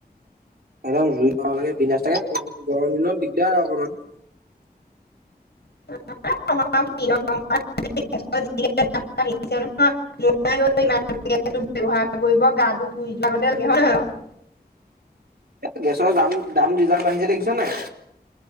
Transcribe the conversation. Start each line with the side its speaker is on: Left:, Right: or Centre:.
Right: একদম জুই পাব লাগে <inaudible> গৰম গৰম দিনত দিগদাৰ আও অকমান।
Left: <unintelligible> <unintelligible> ব্যৱহাৰ কৰিব গাটো পুৰি যোৱা গতে লাগে, হয় নহয় বাও?
Right: এই গেছৰ দাম দাম যিডাল বাঢি়ছে দেখিছ নাই?